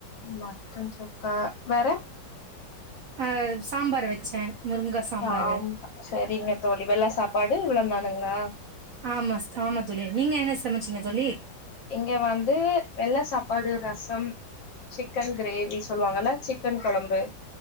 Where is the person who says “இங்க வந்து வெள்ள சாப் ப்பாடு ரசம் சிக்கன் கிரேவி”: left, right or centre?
Left